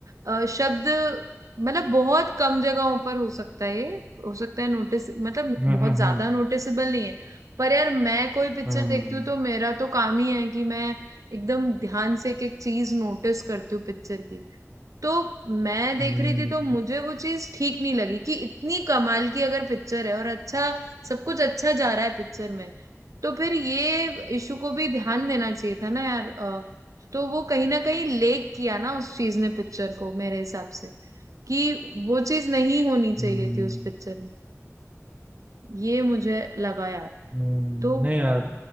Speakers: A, on the right; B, on the right.
A: अ, शब्द मतलब बहुत कम जगहों पर हो सकता है ये। हो सकता है नोटिस मतलब
B: हम्म
A: बहुत
B: हम्म
A: ज्यादा
B: हम्म
A: नोटिसेबल नहीं है पर यार मैं कोई पिक्चर
B: हम्म।
A: देखती हूँ तो मेरा तो काम ही है कि मैं एकदम ध्यान से एक एक चीज नोटिस करती हूँ पिक्चर की तो मैं देख
B: हम्म,
A: रही थी तो मुझे वो चीज ठीक नहीं लगी कि इतनी कमाल की अगर पिक्चर है और अच्छा सब कुछ अच्छा जा रहा है पिक्चर में तो फिर ये इशू को भी ध्यान देना चाहिए था ना यार अ, तो वो कहीं ना कहीं लेक किया ना उस चीज ने पिक्चर को मेरे हिसाब से कि वो चीज नहीं होनी चाहिए
B: हम्म।
A: थी उस पिक्चर में ये मुझे लगा यार
B: हम्म,
A: तो
B: नहीं यार